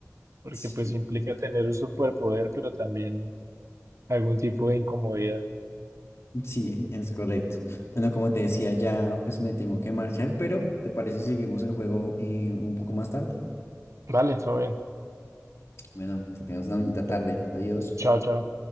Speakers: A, on the right; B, on the left.
A: porque
B: Sí,
A: pues implica tener un superpoder, pero también algún tipo de incomodidad.
B: sí, es correcto. Bueno, como te decía, ya pues me tengo que marchar, pero ¿te parece si seguimos el juego eh, un poco más tarde?
A: Vale, todo bien.
B: Bueno, que tengas una bonita tarde. Adiós.
A: Chao, chao.